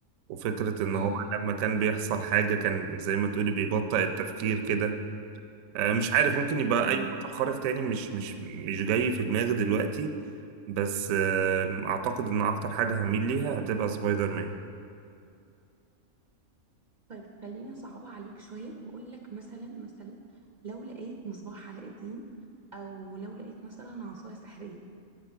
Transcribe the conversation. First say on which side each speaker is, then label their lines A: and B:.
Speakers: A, on the right (about 75°); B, on the right (about 50°).
A: وفكرة ان
B: مم.
A: هو لما كان بيحصل حاجة كان زي ما تقولي بيبطئ التفكير كده آه، مش عارف ممكن يبقى
B: مم.
A: اي قطع خارق تاني مش مش مش جاي في دماغي دلوقتي بس آه، اعتقد ان اكتر حاجه هميل ليها هتبقى سبايدر مان
B: طيب خليني اصعبها عليك شويه واقول لك مثلا مثلا لو لقيت مصباح علاء الدين او لو لقيت مثلا عصايه سحريه